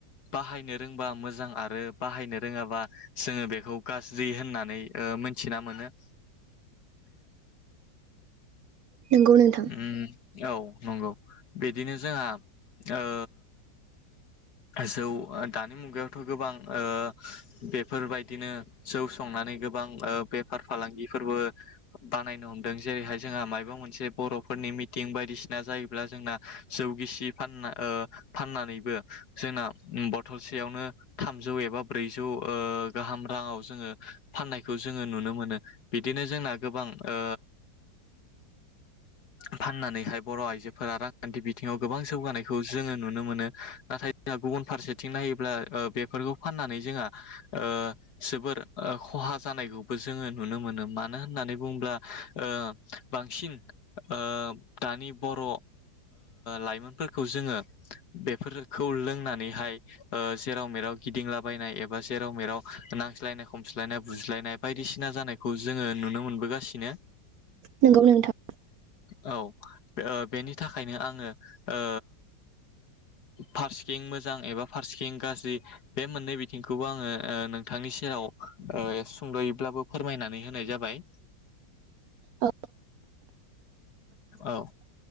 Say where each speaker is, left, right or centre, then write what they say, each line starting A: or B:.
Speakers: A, on the left; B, on the right.
A: बाहायनो रोंबा मोजां आरो बाहायनो रोङाबा जोङो बेखौ गाज्रि होननानै ओ मोनथिना मोनो।
B: नंगौ नोंथां
A: उम औ नंगौ बिदिनो जोंहा ओ जौ ओ दानि मुगायाव थ' गोबां ओ बेफोरबायदिनो जौ संनानै गोबां ओ बेफार फालांगिफोरबो बानायनो हमदों। जेरैहाय जोंहा मायबा मोनसे बर'फोरनि मिटिं बायदिसिना जायोब्ला जोंना जौ गिसि फानना ओ फाननानैबो जोंना बथलसेयावनो थामजौ एबा ब्रैजौ ओ गाहाम राङाव जोङो फाननायखौ जोङो नुनो मोनो। बिदिनो जोंना गोबां ओ फाननानैहाय बर' आइजोफोरा रांखान्थि बिथिङाव गोबां जौगानायखौ जोङो नुनो मोनो। नाथाय जोंहा गुबुन फारसेथिं नायोब्ला ओ बेफोरखौ फाननानै जोंहा ओ जोबोर खहा जानायखौबो जोङो नुनो मोनो। मानो होननानै बुङोब्ला ओ बांसिन ओ दानि बर' ओ लाइमोनफोरखौ जोङो बेफोर खौ लोंनानैहाय ओ जेराव मेराव गिदिंलाबायनाय एबा जेराव मेराव नांस्लायनाय खमस्लायनाय बुज्लायनाय बायदिसिना जानायखौ जोङो नुनो मोनबोगासिनो।
B: नंगौ नोंथां।
A: औ ओ बेनि थाखायनो आङो ओ फारसेथिं मोजां एबा फारसेथिं गाज्रि बे मोननै बिथिंखौबो आङो ओ नोंथांनि सेराव ओइ सुंद'यैब्लाबो फोरमायनानै होनाय जाबाय।
B: औ
A: औ।